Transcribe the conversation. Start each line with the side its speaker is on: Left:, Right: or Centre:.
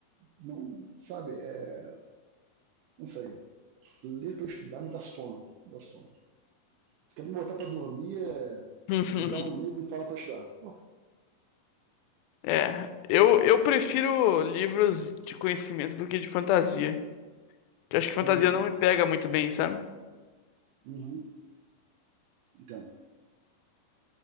Right: não, sabe, é, não sei, ler para estudar me dá sono, me dá sono. Quer me botar para dormir é
Left: <laughs>
Right: me dá um livro e fala para estudar. Pô,
Left: É, eu, eu prefiro livros de conhecimento do que de fantasia. Que Eu acho que fantasia
Right: uhum,
Left: não me pega muito bem, sabe?
Right: uhum, entendo.